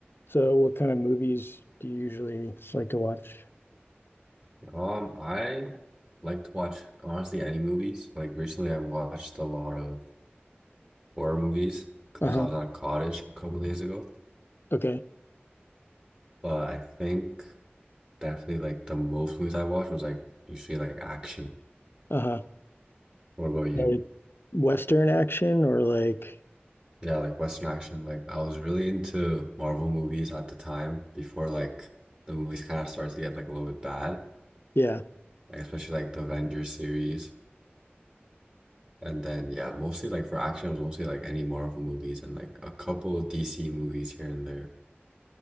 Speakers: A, on the left; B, on the right.
A: So what kind of movies do you usually like to watch?
B: Um, I like to watch honestly any movies. Like recently, I watched a lot of horror movies because
A: Uh-huh.
B: I was at a cottage a couple days ago.
A: Okay.
B: But I think definitely like the most movies I watched was like usually like action.
A: Uh-huh.
B: What about you?
A: Like Western action or like
B: Yeah, like Western action. Like I was really into Marvel movies at the time before like the movies kind of started to get like a little bit bad.
A: yeah,
B: Like especially like the Avengers series. And then yeah, mostly like for action, it was mostly like any Marvel movies and like a couple DC movies here and there.